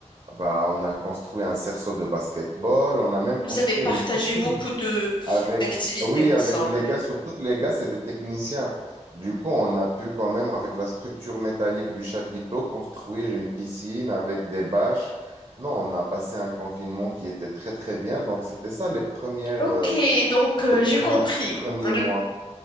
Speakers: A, on the right; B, on the left.
A: Bah, on a construit un cerceau de basketball. On a même construit
B: Vous avez partagé
A: une piscine.
B: beaucoup de
A: Avec,
B: d'activités
A: oui,
B: ensemble.
A: avec les gars, surtout que les gars, c'est des techniciens. Du coup, on a pu quand même, avec la structure métallique du chapiteau, construire une piscine avec des bâches. Non, on a passé un confinement qui était très, très bien. Donc, c'était ça les premières,
B: Ok,
A: euh,
B: donc euh,
A: les premi-
B: j'ai compris.
A: les premiers
B: Le
A: mois.